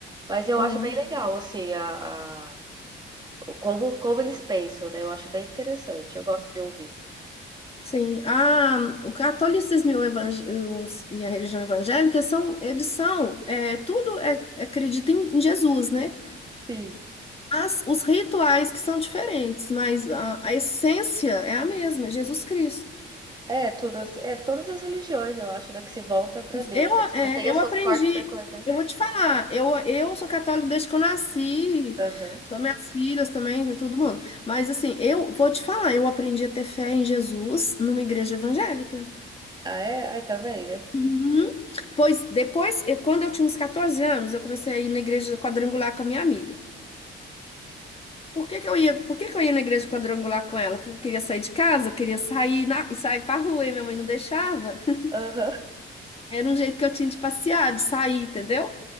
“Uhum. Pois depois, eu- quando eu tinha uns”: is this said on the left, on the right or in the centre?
Left